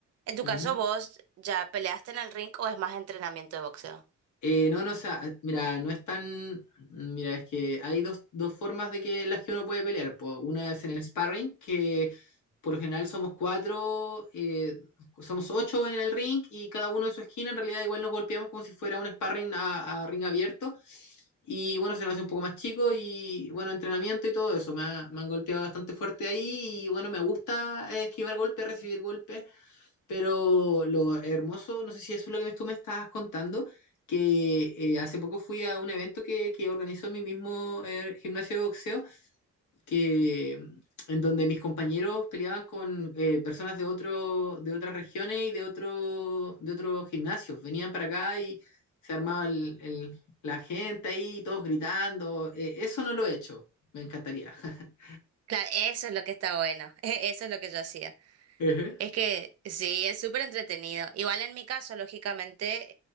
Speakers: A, on the right; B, on the left.
A: En tu
B: ujú.
A: caso, ¿vos ya peleaste en el ring o es más entrenamiento de boxeo?
B: Eh, no, no, o sea, mira, no es tan. Mira, es que hay dos, dos formas de que la que uno puede pelear. po. Una es en el sparring, que por lo general somos cuatro, eh, somos ocho en el ring y cada uno en su esquina. En realidad, igual nos golpeamos como si fuera un sparring a, a ring abierto. Y bueno, se nos hace un poco más chico y bueno, entrenamiento y todo eso. Me, ha- me han golpeado bastante fuerte ahí y bueno, me gusta eh, esquivar golpes, recibir golpes. Pero lo hermoso, no sé si eso es lo que tú me estabas contando, que eh, hace poco fui a un evento que, que organizó mi mismo eh, gimnasio de boxeo, que, en donde mis compañeros peleaban con eh, personas de, otro, de otras regiones y de, otro, de otros gimnasios. Venían para acá y se armaba el- el- la gente ahí, todos gritando. Eh, eso no lo he hecho, me encantaría. <laughs>
A: Claro, eso es lo que está bueno, <laughs> eso es lo que yo hacía.
B: Ujú.
A: Es que sí, es súper entretenido. Igual en mi caso, lógicamente,